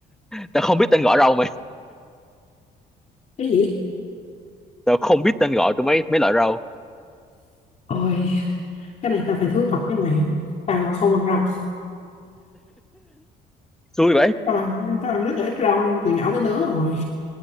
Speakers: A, in the centre; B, on the left.
A: tao không biết tên gọi rau mày
B: cái gì
A: tao không biết tên gọi của mấy mấy loại rau
B: Ôi, cái này tao phải thú thật với mày tao không ăn rau
A: xui vậy
B: tao ăn, tao ăn rất là ít rau luôn từ nhỏ tới lớn rồi